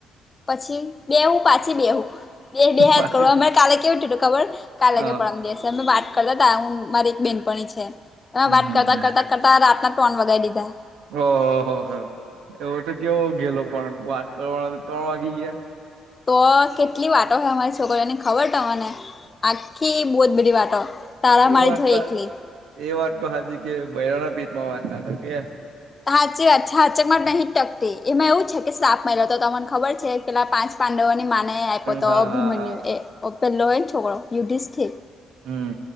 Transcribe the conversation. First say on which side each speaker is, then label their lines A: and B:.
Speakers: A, on the left; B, on the right.
A: પછી બે હું પાછી બે હું. બે બે હજ
B: પાટીલ
A: કરૂ અમે કાલે કે થયું તું ખબર કાલે
B: હા
A: કે પરમ દિવસ અમે વાત કરતા હતા હું મારી એક બેનપણી છે. એમાં
B: હમ
A: વાત
B: હમ
A: કરતા
B: હમ
A: કરતા કરતા રાતના ટોન વગાડી દીધા
B: ઓહ હો હ એવો તો કેવો ગેલો પણ વાત કરવાનો તો ત્રણ વાગી ગયા?
A: તો કેટલી વાતો છે અમારી છોકરીઓની ખબર તમને? આખી બહુ જ બધી વાતો. તારા
B: એ
A: મારી
B: વાત
A: જોઈ
B: તો
A: એકલી
B: એ વાત તો હાજી કે બયરાણા પેટમાં વાત ના ત કે
A: હાચી હાચે માં નહિ ટકતી એમાં એવું છે કે સાપ મિલા તો તમને ખબર છે. પેલા પાંચ પાંડવોની માને આપ્યો તો
B: હા
A: અભિમન્યુ
B: હા હા
A: એ પેલોય ને છોકરો યુધિષ્ઠિર
B: હમ્મ.